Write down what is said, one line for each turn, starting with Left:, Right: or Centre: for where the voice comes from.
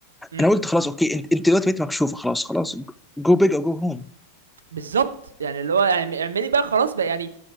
Right: امم
Centre: انا قلت خلاص اوكي انت انت دلوقتي بقيت مكشوفه خلاص خلاص جو بيج او جو هوم
Right: بالظبط يعني اللي هو يعني اعملي بقى خلاص بقى يعني